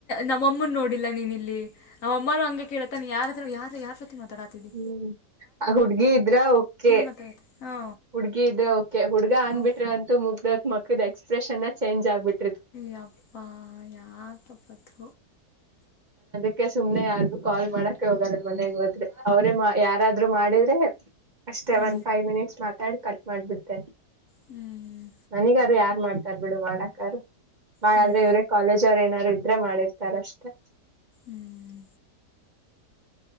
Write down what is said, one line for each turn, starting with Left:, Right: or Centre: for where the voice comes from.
Left: ನಮ್ಮಮ್ಮನ್ ನೋಡಿಲ್ಲ ನೀನ್ ಇಲ್ಲಿ ನಾವ ಅಮ್ಮಾರ ಹಂಗೆ ಕೇಳತಾನ ಯಾರಾದ್ರು ಯಾರ ಯಾರ ಜೊತಿ ಮಾತಾಡಾತಿದ್ದಿ
Right: ಹ್ಮ್ ಹುಡ್ಗಿ ಇದ್ರ ಕೆ
Left: ಮಾತಾಡತಿ ಹಾ
Right: ಹುಡ್ಗಿ ಇದ್ರೆ ಕೆ ಹುಡ್ಗಿ ಹುಡುಗ ಅಂದ್ಬಿಟ್ರ
Left: ಹಾ
Right: ಅಂತೂ ಮುಗ್ದೋತ್ ಮುಖದ ಎಕ್ಸ್ಪ್ರೆಷನ್ ಚೇಂಜ್ ಆಗ್ಬಿಟ್ಟ
Left: ಯಾಪ್ಪಾ ಯಾಕಪ್ಪತ್
Right: ಅದ್ಕೆ ಸುಮ್ನೆ ಯಾರ್ದು ಕಾಲ್ ಮಾಡಕ್ಕೆ ಹೋಗಲ್ಲ ಮನೆಗ್ ಹೋದ್ರೆ ಅವ್ರೇ ಯಾರಾದ್ರು ಮಾಡಿದ್ರೆ ಅಷ್ಟೇ
Left: ಹ್ಮ್
Right: ಒನ್ ಫೈವ್ ಮಿನಿಟ್ಸ್ ಮಾತಾಡಿ ಕಟ್ ಮಾಡ್ಬಿಡ್ಟ್ಟೆ
Left: ಹ್ಮ್
Right: ನನಗಾರು ಯಾರ್ ಮಾಡ ಬಿಡು ಮಾಡಕಾರ ಮಾಡಾದ್ರೆ
Left: ಹ್ಮ್
Right: ಇವ್ರೇ ಕಾಲೇಜ್ ಅವರು ಏನಾದಾರರು ಇದ್ರೆ ಮಾಡಿರ್ತಾರ ಅಷ್ಟೆ
Left: ಹ್ಮ್